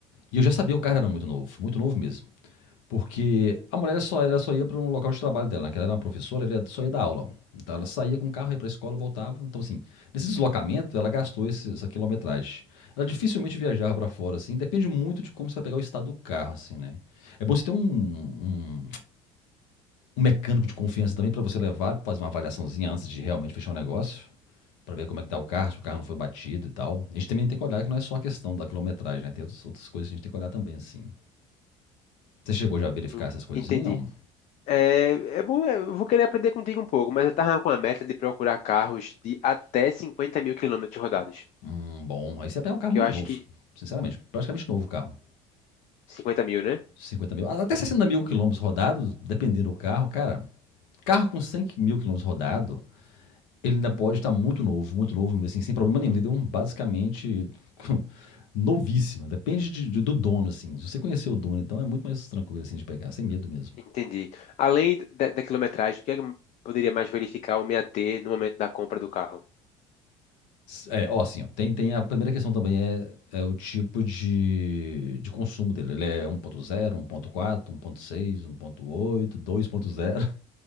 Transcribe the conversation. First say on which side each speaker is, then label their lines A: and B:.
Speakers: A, on the left (about 70°); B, on the left (about 45°).
A: E eu já sabia que o carro era muito novo, muito novo mesmo. Porque a mulher só, ela só ia para um local de trabalho dela, né? ela era uma professora, ela só ia dar aula. Então ela saía com o carro, ia para a escola, voltava. Então, assim, nesse deslocamento, ela gastou esse- essa quilometragem. Ela dificilmente viajava para fora, assim. Depende muito de como você vai pegar o estado do carro, assim, né? É bom você ter um, um, um mecânico de confiança também para você levar, para fazer uma avaliaçãozinha antes de realmente fechar o negócio. Para ver como é que tá o carro, se o carro não foi batido e tal. A gente também tem que olhar que não é só a questão da quilometragem, né? Tem outras, outras coisas que a gente tem que olhar também, assim. Você chegou já a verificar
B: En-
A: essas coisas
B: Entendi.
A: assim? Não.
B: É, é bom, é, eu vou querer aprender contigo um pouco, mas eu tava com a meta de procurar carros de até 50 mil quilômetros rodados,
A: Hum, bom, aí você pega um carro
B: que
A: muito
B: eu acho
A: novo,
B: que
A: sinceramente, praticamente novo o carro.
B: 50 mil, né?
A: cinquenta mil, até 60 mil quilômetros rodados, dependendo do carro, cara. Carro com 100 mil quilômetros rodado, ele ainda pode estar muito novo, muito novo, assim, sem problema nenhum, entendeu? Basicamente, <laughs> novíssimo. Depende de- de- do dono, assim. Se você conhecer o dono, então é muito mais tranquilo, assim, de pegar, sem medo mesmo.
B: Entendi. Além da, da quilometragem, o que é que eu poderia mais verificar ou me ater no momento da compra do carro?
A: É, ó, assim, ó, tem, tem a primeira questão também é, é o tipo de, de consumo dele. Ele é 1.0, 1.4, 1.6, 1.8, 2.0.